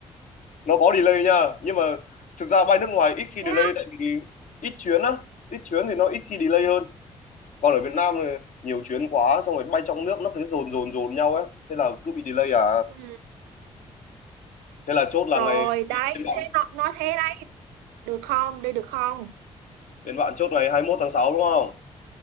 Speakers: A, on the left; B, on the right.
A: nó có delay nha nhưng mà thực ra bay nước ngoài ít khi
B: thế
A: delay
B: á
A: tại vì ít chuyến á ít chuyến thì nó ít khi delay hơn còn ở Việt Nam thì nhiều chuyến quá xong rồi bay trong nước nó cứ dồn dồn dồn nhau ấy thế là cứ bị delay à
B: ừ,
A: Thế là chốt là
B: rồi
A: ngày
B: đấy
A: bên bạn
B: thế nó nói thế đấy được không đi được không
A: bên bạn chốt ngày 21 tháng 6 đúng không?